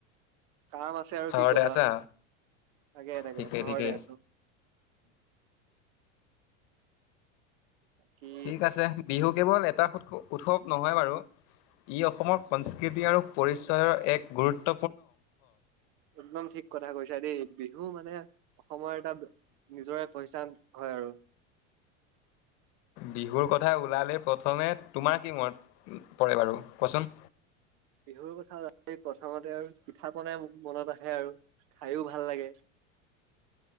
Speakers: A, on the right; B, on the left.
A: কাম আছে আৰু
B: চহৰতে
A: কি কবা
B: আছা
A: তাকে তাকে
B: ঠিকেই
A: চহৰতে
B: ঠিকেই।
A: আছো বাকী
B: ঠিক আছে বিহু কেৱল এটাৎস উৎসৱ নহয় বাৰু ই অসমৰ সংস্কৃতি আৰু পৰিচয়ৰ এক গুৰুত্ব
A: একদম ঠিক কথা কৈছা দেই বিহু মানে অসময়ত নিজৰে পইচা হয় আৰু
B: বিহুৰ কথা ওলালে প্ৰথমে তোমাৰ কি মন পৰে বাৰু কচোন
A: বিহুৰ কথা খাওঁতে আৰু পিঠা পনাই মনত আহে আৰু খাইও ভাল লাগে